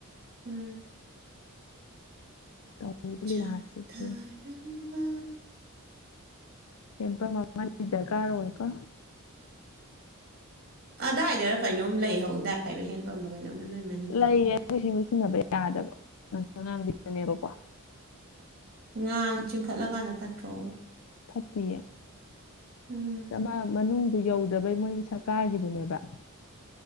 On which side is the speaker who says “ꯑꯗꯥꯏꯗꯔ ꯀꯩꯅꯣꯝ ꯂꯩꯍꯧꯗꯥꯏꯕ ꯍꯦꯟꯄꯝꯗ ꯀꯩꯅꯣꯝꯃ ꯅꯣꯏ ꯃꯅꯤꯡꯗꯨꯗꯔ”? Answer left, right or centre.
Right